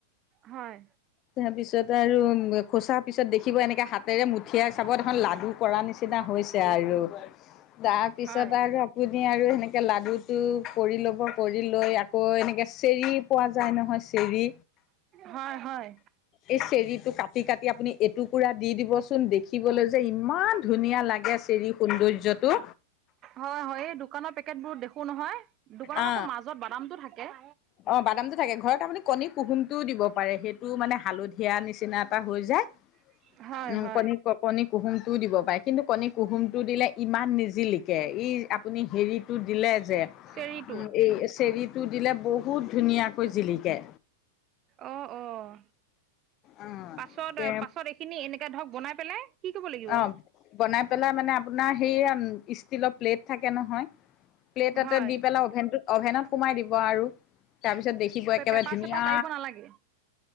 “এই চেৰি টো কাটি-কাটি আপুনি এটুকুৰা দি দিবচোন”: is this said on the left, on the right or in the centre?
Left